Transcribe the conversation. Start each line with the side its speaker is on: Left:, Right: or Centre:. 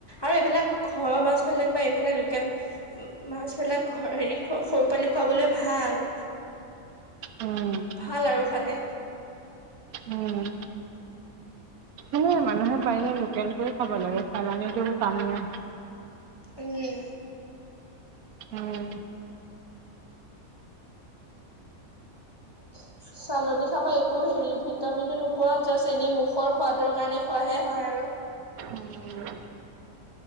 Left: আৰু এইবিলাক ঘৰৰ মাছবিলাক বা এইফালে লোকেল মাছবিলাক ঘ হেৰিত সৰু পালি খুৱালে ভাল।
Right: উম।
Left: ভাল আৰু খালে।
Right: উম। এ মানুহ পাৰিলে লোকেলটোহে খাব লাগে চালানীটো কাম নাই।
Left: উম।
Right: ধও।
Left: <inaudible> চালনী খাব একো হেৰি ভিটামিনো নোপোৱা, জাষ্ট এনে মুখৰ সোৱাদৰ কাৰণে খোৱাহে হয় আৰু।
Right: উম